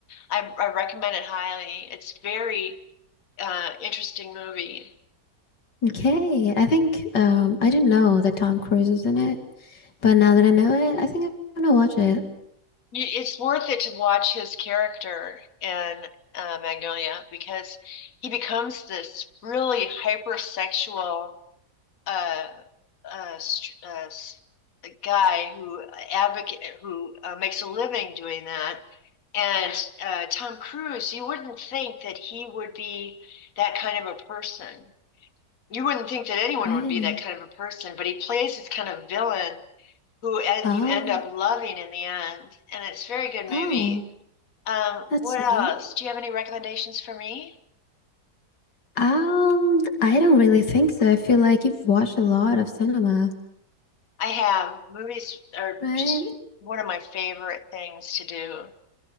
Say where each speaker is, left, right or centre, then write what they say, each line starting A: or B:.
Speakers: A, on the left; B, on the left.
A: I, I recommend it highly. It's very uh, interesting movie.
B: Okay, I think um I didn't know that Tom Cruise is in it, but now that I know it, I think I'm gonna watch it.
A: You, it's worth it to watch his character in uh, Magnolia because he becomes this really hypersexual uh, uh, st- uh, s- guy who advocate who uh, makes a living doing that. And uh, Tom Cruise, you wouldn't think that he would be that kind of a person. You wouldn't think that anyone
B: Right.
A: would be that kind of a person, but he plays this kind of villain who en-
B: Oh,
A: you end up loving in the end. And it's a very good movie.
B: oh,
A: Um,
B: that's
A: what
B: sweet.
A: else? Do you have any recommendations for me?
B: Um, I don't really think so. I feel like you've watched a lot of cinema,
A: I have. Movies are
B: right?
A: just one of my favorite things to do.